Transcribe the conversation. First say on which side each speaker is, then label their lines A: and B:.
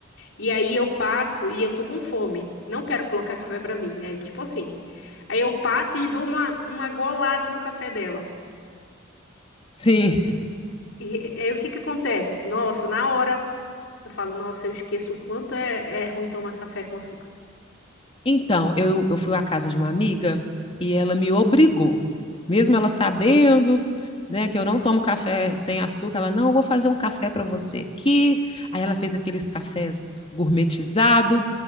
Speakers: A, on the left (about 75°); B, on the left (about 30°).
A: e aí eu passo e eu tô com fome, não quero colocar café pra mim, é tipo assim. Aí eu passo e dou uma, uma golada no café dela.
B: sim.
A: E aí o que que acontece? Nossa, na hora eu falo, nossa, eu esqueço o quanto é, é ruim tomar café com açúcar.
B: Então, eu, eu fui à casa de uma amiga e ela me obrigou, mesmo ela sabendo, né, que eu não tomo café sem açúcar, ela, não, eu vou fazer um café para você aqui. Aí ela fez aqueles cafés gourmetizado,